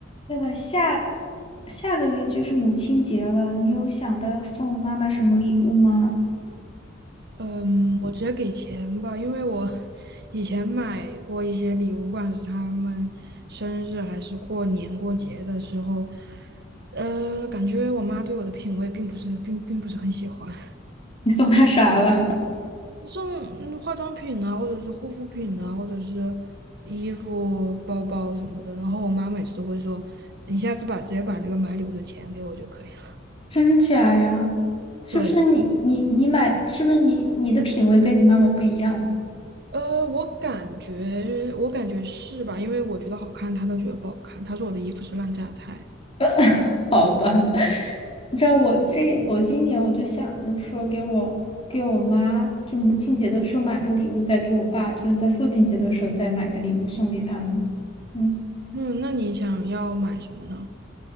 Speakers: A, on the left; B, on the right.
A: 对了下下个月就是母亲节了，你有想到要送妈妈什么礼物吗？
B: 嗯，我直接给钱吧，因为我以前买过一些礼物，不管是他们生日还是过年过节的时候，呃，感觉我妈对我的品味并不是并并不是很喜欢，
A: 你送她啥了？
B: 送嗯化妆品啊，或者是护肤品啊，或者是衣服、包包什么的，然后我妈每次都会说，你下次把直接把这个买礼物的钱给我就可以了。
A: <laughs> 真假呀？是不是你你你买？
B: 对。
A: 是不是你你的品味跟你妈妈不一样啊？
B: 呃，我感觉，我感觉是吧？因为我觉得好看，他都觉得不好看。他说我的衣服是烂榨菜。
A: <laughs> 好吧，<laughs> 你知道我这我今年我就想着说给我给我妈，就母亲节的时候买个礼物，再给我爸，就是在父亲节的时候再买个礼物送给他们。嗯。
B: 嗯，那你想要买什么呢？